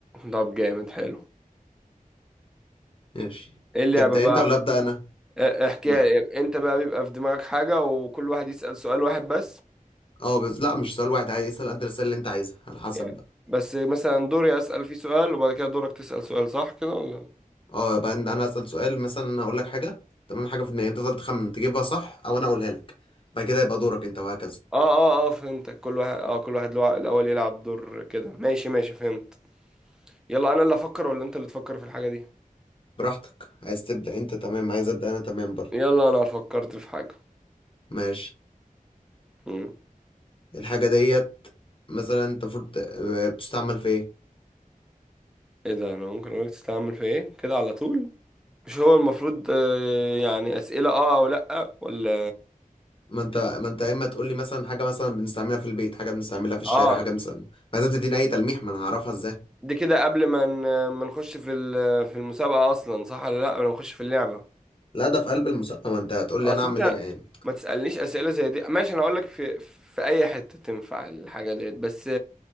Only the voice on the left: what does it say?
ماشي
تبدأ
انت ولا أبدأ انا
لا
اه بس لا مش سؤال واحد عادي اسأل قد الأسئلة اللي انت عايزها على حسب
بقى
اه يبقى أنا أنا أسأل سؤال مثلا انا هقول لك حاجة تمام حاجة في دماغي انت تفضل تخمن تجيبها صح او انا اقولها لك بعد كده يبقى دورك انت وهكذا
براحتك عايز تبدأ انت تمام عايز أبدأ انا تمام برضه
ماشي
الحاجة ديت مثلا انت المفروض بتستعمل في ايه
ما انت ما انت يا اما تقول لي مثلا حاجة مثلا بنستعملها في البيت حاجة بنستعملها في الشارع
حاجة بنستعملها ما لازم تديني اي تلميح ما انا هعرفها ازاي
لا ده في قلب المسابقة ما انت هتقول
لي انا اعمل
ايه يعني